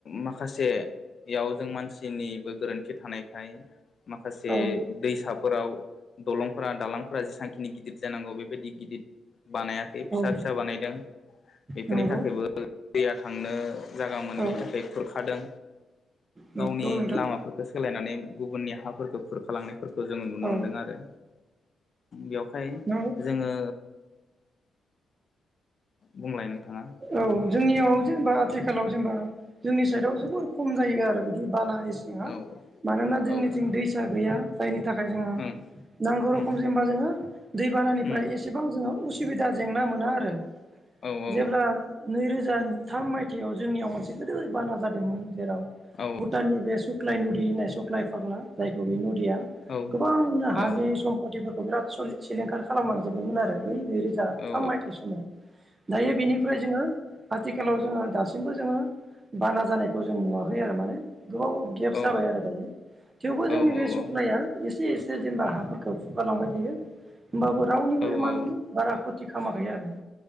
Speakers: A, on the left; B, on the right.
A: माखासेयाव जों मानसिनिबो गोरोन्थि थानायखाय माखासे
B: औ
A: दैसाफोराव दलंफोरा दालांफोरा जेसांखिनि गिदिर जानांगौ बेबायदि गिदिर बानायाखै
B: औ
A: फिसा फिसा बानायदों बेफोरनि
B: नंगौ
A: थाखायबो दैया थांनो जागा मोनैनि
B: औ
A: थाखाय खुरखादों
B: नंगौ
A: गावनि
B: नोंथां
A: लामाफोरखौ सोलायनानै गुबुननि हाफोरखौ खुरखालांनायफोरखौ खौ जोंङो नुनो
B: औ
A: मोनदों आरो बेवहाय
B: नंगौ
A: जोंङो बुंलाय नोंथांङा
B: औ जोंनियाव जेनेबा आथिखालाव जेनेबा जोंनि साइदआव जोबोर खम जायो आरो बिदि बाना इसिंङा
A: औ
B: मानोना जोंनिथिं
A: औ
B: दैसा गैया जायनि थाय जोंङो
A: उम
B: नांगौ
A: उम
B: रखम जेनबा जोंङो दैबानानिफ्राय
A: उम
B: एसेबां उसु सुबिदा जेंना मोना आरो
A: औ औ
B: जेब्ला नैरोजा थाम मायथाइयाव जोंनियाव मोनसे गिदोर बाना जादोंमोन जेराव
A: औ
B: भुटाननि बे सुख्लाय नुदि होननाय सुख्लाय फाग्ला जायखौ बे न यिया
A: औ
B: गोबां हानि
A: औ
B: सम्पतिफोरखौ बिराद सलि सिलिंखार खालाम लांजोबबायमोन आरो। बै नैरोजा
A: औ
B: थाम मायथाइ समाव दायो बेनिफ्राय जोंङो आथिखालाव जोंङो दासिमबो जोंङो बाना जानायखौ जों नुवाखै आरो माने गोबाव गेपस
A: औ
B: जाबाय आरो दायो। थेवबो जोंनि
A: औ
B: बे
A: औ
B: सुखनाया
A: औ
B: एसे एसे जेनेबा
A: उम
B: हाफोरखौ गालांबाय थायो होमबाबो रावनिबो
A: औ
B: इमान
A: औ
B: बारा खथि खामायाखै आरो।